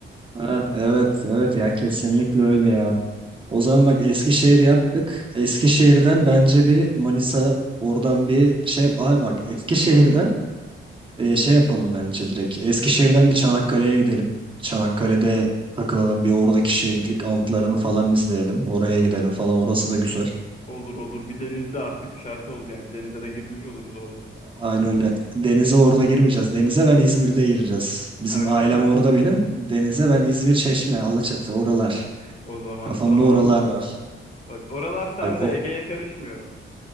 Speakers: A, on the right; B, on the left.
A: Ha, evet, evet ya kesinlikle öyle ya. O zaman bak Eskişehir yaptık. Eskişehir'den bence bir Manisa oradan bir şey yap. Ay bak Eskişehir'den Ee,
B: Hı hı.
A: şey yapalım bence direkt. Eskişehir'den bir Çanakkale'ye gidelim. Çanakkale'de takılalım bir oradaki şehitlik antlarını falan izleyelim. Oraya gidelim falan. Orası da güzel.
B: Olur olur. Bir denizde artık şart oldu yani. Bir denize de girmiş oluruz oradan.
A: Aynı öyle. Denize orada girmeyeceğiz. Denize ben İzmir'de gireceğiz. Bizim
B: Ha, öyle
A: ailem
B: mi?
A: orada benim. Denize ben İzmir, Çeşme, Alaçatı oralar.
B: O zaman
A: Kafamda
B: tamam.
A: oralar var.
B: Bak oralar sende.
A: Bak o,
B: Ege'ye karışmıyorum.